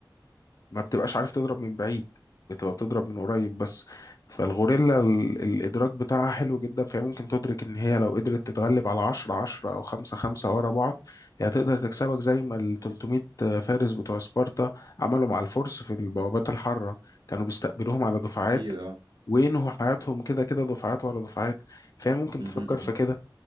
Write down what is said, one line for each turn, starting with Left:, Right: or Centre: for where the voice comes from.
Left: ما بتبقاش عارف تضرب من بعيد بتبقى بتضرب من قريب بس فالغوريلا ال- الادراك بتاعها حلو جدا فهي ممكن تدرك ان هي لو قدرت تتغلب على 10 10 او 5 5 ورا بعض هي تقدر تكسبك زي ما ال 300 فارس بتوع سبارتا عملوا مع الفرس في البوابات الحاره كانوا بيستقبلوهم على دفعات
Right: اكيد اه
Left: وينهوا حياتهم كده كده دفعات ورا دفعات فهي ممكن
Right: مهم،
Left: تفكر
Right: مهم.
Left: في كده